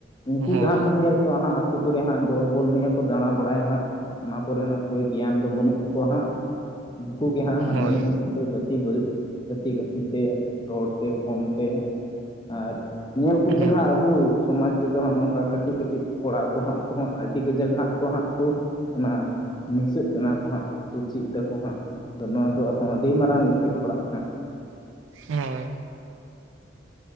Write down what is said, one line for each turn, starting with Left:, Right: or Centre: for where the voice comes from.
Left: ᱩᱱᱠᱩ
Right: ᱦᱳᱭ
Left: ᱜᱮ ᱦᱟᱸᱜ ᱵᱮᱱ ᱧᱮᱞ ᱠᱚᱣᱟ, ᱦᱟᱸᱜ ᱟᱛᱩ ᱠᱚᱨᱮ ᱦᱟᱸᱜ ᱫᱚᱞ ᱵᱚᱞ ᱱᱤᱭᱟᱹ ᱠᱚ ᱫᱟᱸᱬᱟ ᱵᱟᱲᱟᱭᱟ ᱦᱟᱸᱜ ᱚᱱᱟ ᱠᱚᱨᱮᱱᱟᱜ ᱠᱳᱭ ᱜᱮᱭᱟᱱ ᱫᱚ ᱵᱟᱹᱱᱩᱜ ᱛᱟᱠᱚᱣᱟ ᱦᱟᱸᱜ, ᱩᱱᱠᱩ ᱜᱮ ᱦᱟᱸᱜ
Right: ᱦᱳᱭ
Left: ᱦᱟᱹᱱᱤ ᱱᱟ. ᱭ ᱜᱟᱛᱤ ᱵᱟᱹᱲᱤ ᱜᱟᱛᱤ ᱜᱟᱛᱤ ᱛᱮ ᱨᱚᱲ ᱛᱮ ᱯᱷᱳᱱ ᱛᱮ ᱟᱨ ᱧᱮᱞ ᱠᱚᱵᱤᱱ
Right: ᱦᱳᱭ
Left: ᱦᱟᱸᱜ ᱟᱵᱚ ᱥᱚᱢᱟᱡᱽ ᱨᱮᱫᱚ, ᱦᱟᱸᱜ ᱱᱚᱝᱠᱟ ᱠᱟᱹᱴᱤᱡ ᱠᱟᱹᱴᱤᱡ ᱠᱚᱲᱟ ᱠᱚ ᱦᱟᱸᱜ ᱠᱚᱦᱚᱸ ᱟᱹᱰᱤ ᱠᱟᱡᱟᱠ ᱦᱟᱸᱜ ᱠᱚ ᱦᱟᱸᱜ ᱠᱩ ᱚᱱᱟ ᱱᱤᱥᱟᱹᱜ ᱠᱟᱱᱟ ᱠᱚ ᱦᱟᱸᱜ ᱠᱚ ᱪᱮᱫ ᱫᱟᱠᱚ ᱦᱟᱸᱜ ᱟᱫᱚ ᱱᱚᱣᱟ ᱫᱚ ᱟᱨᱦᱚᱸ ᱟᱹᱰᱤ ᱢᱟᱨᱟᱝ ᱤᱯᱷᱮᱠᱴ ᱯᱟᱲᱟᱜ ᱠᱟᱱᱟ ᱾
Right: ᱦᱳᱭ